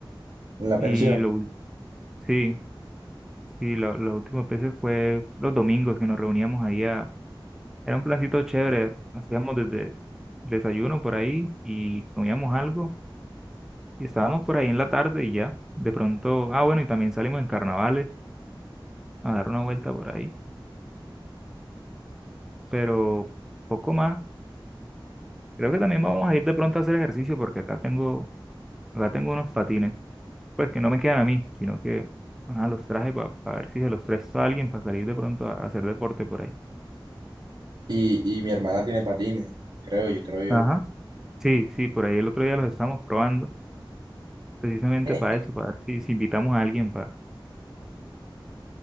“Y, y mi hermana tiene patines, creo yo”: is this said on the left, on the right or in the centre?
Right